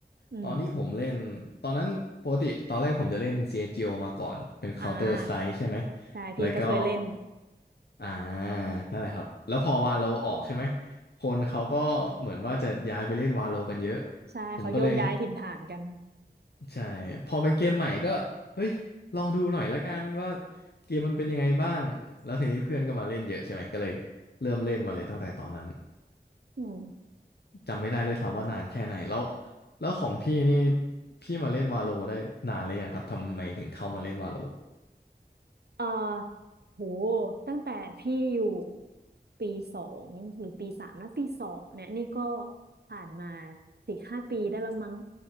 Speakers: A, on the right (about 70°); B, on the left (about 70°).
A: อืม
B: ตอนที่ผมเล่นตอนนั้นปกติตอนแรกผมจะเล่น CSGO มาก่อนเป็น
A: อ่า
B: Counter Strike ใช่ไหม
A: ใช่พี่ก็เคยเล่น
B: แล้วก็อ่านั่นแหละครับแล้วพอวาโลออกใช่ไหมคนเขาก็เหมือนว่าจะย้ายไปเล่นวาโลกันเยอะ
A: ใช่เขาโยกย้ายถิ่นฐานกัน
B: ผมก็เลย ใช่พอเป็นเกมใหม่ก็เฮ้ยลองดูหน่อยละกันว่าเกมมันเป็นยังไงบ้างแล้วทีนี้เพื่อนก็มาเล่นเยอะใช่ไหมก็เลยเริ่มเล่นมาเลยตั้งแต่ตอนนั้น
A: อืม
B: จำไม่ได้ด้วยซ้ำว่านานแค่ไหนแล้วแล้วของพี่นี่พี่มาเล่นวาโลได้นานเลยยังครับทำไมถึงเข้ามาเล่นวาโล
A: เอ่อโหตั้งแต่พี่อยู่ปีสองหรือปีสามนะปีสองเนี่ยนี่ก็ผ่านมาสี่ห้าปีได้แล้วมั้ง